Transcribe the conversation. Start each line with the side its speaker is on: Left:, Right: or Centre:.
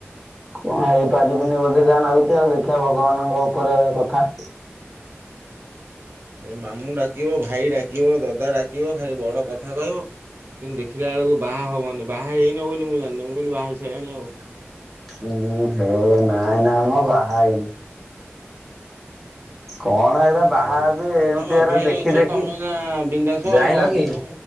Centre: କଣ ହେଇପାରିବିନି ବୋଧେ ଯାହା ନାଗୁଚି ଆଉ ଦେଖିବା ଭଗବାନଙ୍କ ଉପରେ କଥା।
Right: ସେ ମାମୁଁ ଡାକିବ ଭାଇ ଡାକିବ ଦଦା ଡାକିବ ଖାଲି ବଡ଼ କଥା କହିବ। କିନ୍ତୁ ଦେଖିଲା ବେଳକୁ ବାହା ହବନି ବାହା ହେଇନ ବୋଲି ମୁଁ ଜାଣିନି ମୁଁ କହିଲି ବାହା ହେଇସାଣି ଆଉ।
Centre: ଓ ହୋ ନା ନା ମ ବାହା ହେଇନି। କଣ ଏରା
Right: ଉଁ
Centre: ବାହା
Right: ହୁଁ।
Centre: ହେବି ଏମିତି
Right: ହଉ ତମେ ଅଭିୟ
Centre: ଏରା ଦେଖି
Right: ଅଛ
Centre: ଦେଖି
Right: ତମ ନା ବିନ୍ଦାସ
Centre: ଜାଇଁଲ
Right: ଆଉ ଆମେ
Centre: କି
Right: ତ